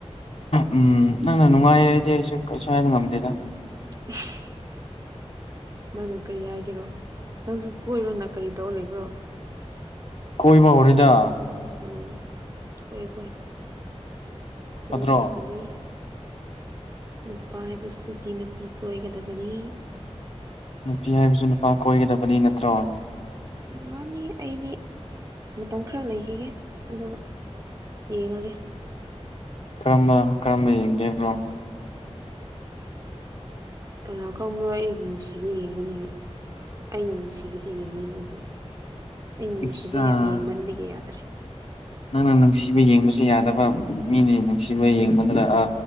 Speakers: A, on the left; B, on the right.
A: ꯎꯝ ꯅꯪꯅ ꯅꯨꯡꯉꯥꯏ ꯑꯩꯗꯤ ꯑꯩꯁꯨ ꯀꯩꯁꯨ ꯍꯥꯏꯕ ꯉꯝꯗꯦꯗ
B: <inaudible> ꯅꯪꯅ ꯀꯔꯤ ꯍꯥꯏꯒꯦꯔꯣ ꯅꯪꯁꯨ ꯀꯣꯏꯔꯣ ꯅꯪ ꯀꯔꯤ ꯇꯧꯔ ꯂꯩꯕ꯭ꯔꯣ
A: ꯀꯣꯏꯕ ꯍꯧꯔꯦꯗ
B: ꯎꯝ ꯀꯦ ꯀ ꯀꯣꯏꯒꯗꯕꯅꯤ
A: ꯐꯠꯇ꯭ꯔꯣ
B: ꯅꯨꯄꯥ ꯍꯥꯏꯕꯁꯤꯗꯤ ꯅꯨꯄꯤ ꯀꯣꯏꯒꯗꯕꯅꯤ
A: ꯅꯨꯄꯤ ꯍꯥꯏꯕꯁꯨ ꯅꯨꯄꯥ ꯀꯣꯏꯒꯗꯕꯅꯤ ꯅꯠꯇ꯭ꯔꯣ
B: ꯃꯥꯅꯤ ꯑꯩꯗꯤ ꯃꯇꯝ ꯈꯔ ꯂꯩꯈꯤꯒꯦ ꯑꯗꯨꯒ ꯌꯦꯉꯒꯦ
A: ꯀꯔꯝꯕ ꯀꯔꯝꯕ ꯌꯦꯡꯒꯦ ꯍꯥꯏꯕꯅꯣ
B: ꯀꯅꯥ ꯈꯪꯕ꯭ꯔꯣꯏ ꯑꯩꯕꯨ ꯅꯨꯡꯁꯤꯕ ꯌꯦꯡꯒꯅꯤꯅ ꯑꯩꯅ ꯅꯨꯡꯁꯤꯕꯗꯤ ꯌꯦꯡꯉꯣꯏꯅꯦ ꯑꯩꯗꯤ ꯑꯩꯅ ꯅꯨꯡꯁꯤꯕ
A: ꯑꯠꯆꯥ
B: ꯌꯥꯝ ꯌꯦꯡꯃꯟꯕꯒꯤ ꯌꯥꯗ꯭ꯔꯦ
A: ꯅꯪꯅ ꯅꯨꯡꯁꯤꯕ ꯌꯦꯡꯕꯁꯨ ꯌꯥꯗꯕ ꯃꯤꯅꯤ ꯅꯨꯡꯁꯤꯕ ꯌꯦꯡꯕꯅꯤꯅ ꯑ